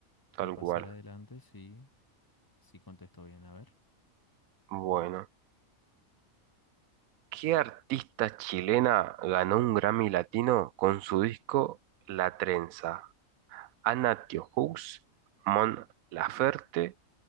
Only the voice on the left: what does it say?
de pasar
adelante si, si contesto bien. A ver.